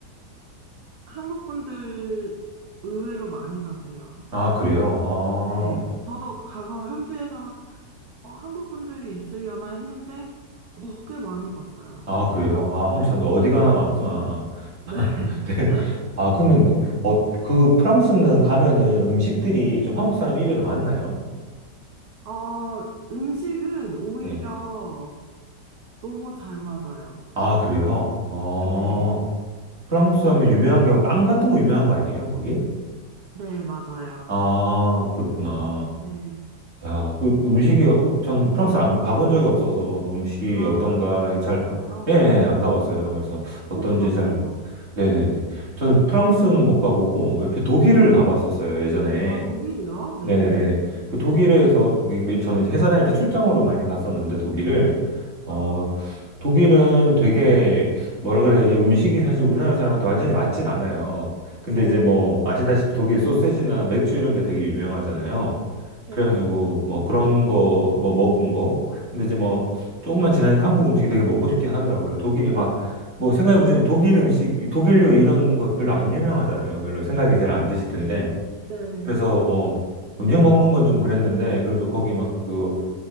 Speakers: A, on the right; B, on the right.
A: 한국 분들 의외로 많이 가세요.
B: 아, 그래요? 아,
A: 네. 저도 가서 현지에서 어, 한국 분들이 있으려나 했는데, 어, 꽤 많이 봤어요.
B: 아, 그래요? 아, 한국
A: 네.
B: 사람들 어디 가나 많구나.
A: 네.
B: <laughs> 네.
A: <laughs>
B: 아, 그러면, 그- 어, 그 프랑스는 가면은 음식들이 좀 한국 사람 입에도 맞나요?
A: 어, 음식은 오히려
B: 네.
A: 너무 잘 맞아요.
B: 아, 그래요? 아,
A: 네.
B: 프랑스 하면 유명한 게 빵 같은 거 유명한 거 아니에요, 거기?
A: 네, 맞아요.
B: 아, 그렇구나.
A: 네.
B: 야, 그 음식이, 어-
A: 음.
B: 저는 프랑스를 안 가본 적이 없어서, 뭐 음식이
A: 아,
B: 어떤가
A: 안 가보셨어요?
B: 잘, 예, 예, 안 가봤어요. 그래서 어떤지
A: 꼭 가보세요.
B: 잘, 네네네. 저는 프랑스는 못 가보고, 옆에 독일을 가봤었어요, 예전에.
A: 아, 독일이요? 네,
B: 네네네.
A: 네. 네.
B: 그 독일에서, 그 미- 저는 회사 다닐 때 출장으로 많이 갔었는데, 독일을. 어,
A: 아,
B: 독일은 되게, 뭐라 그래야 지 음식이 사실 우리나라 사람한테 완전히 맞진 않아요. 근데
A: 어,
B: 이제 뭐, 아시다시피
A: 맞아요.
B: 독일 소세지나 맥주 이런 게 되게 유명하잖아요.
A: 네,
B: 그래가지고, 뭐, 그런 거, 뭐, 먹은 거. 근데
A: 네,
B: 이제 뭐, 조금만 지나니까 한국 음식이 되게 먹고 싶긴 하더라고요. 독일이 막, 뭐, 생각해보시면 독일 음식, 독일 요리 이런 거 별로 안 유명하잖아요. 별로 생각이 잘 안 드실 텐데.
A: 네,
B: 그래서 뭐 음식 먹는 건 좀 그랬는데 그래도 거기 막
A: 네.
B: 그